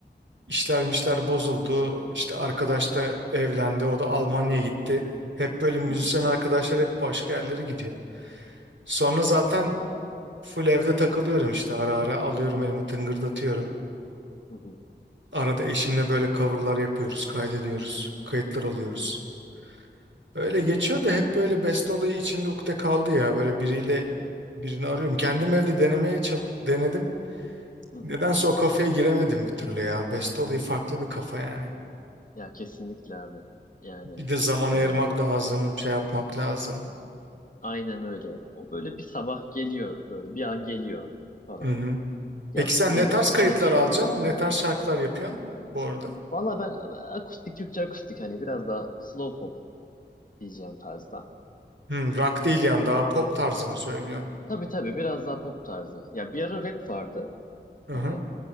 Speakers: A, on the right (about 85°); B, on the left (about 45°).
A: işler mişler bozuldu. İşte arkadaş da evlendi. O da Almanya'ya gitti. Hep böyle müzisyen
B: Hı hı,
A: arkadaşlar hep başka yerlere gidiyor. Sonra zaten Full evde takılıyorum işte ara ara alıyorum elime tıngırdatıyorum.
B: hı hı,
A: Arada eşimle böyle coverlar yapıyoruz, kaydediyoruz, kayıtlar alıyoruz.
B: hı hı,
A: Öyle geçiyor da hep böyle beste olayı içimde ukde kaldı ya. Böyle biriyle birini arıyorum. Kendim evde denemeye çal- denedim.
B: hı hı.
A: Nedense o kafaya giremedim bir türlü ya. Beste olayı farklı bir kafa yani.
B: Ya kesinlikle abi. Yani
A: Bir de zaman
B: e,
A: ayırmak lazım, şey yapmak lazım.
B: aynen öyle. O böyle bir sabah geliyor böyle bir an geliyor falan.
A: Hı hı.
B: Ya
A: Peki sen
B: dediğin
A: ne tarz
B: gibi
A: kayıtlar
B: çalışırken
A: alacaksın? Ne tarz şarkılar yapıyorsun bu arada?
B: valla ben e, akustik Türkçe akustik hani biraz daha slow pop diyeceğim tarzda.
A: Hı, rock değil yani daha pop tarzı mı söylüyorsun?
B: Tabii tabii biraz daha pop tarzı. Ya bir ara rap vardı.
A: Hı
B: E,
A: hı.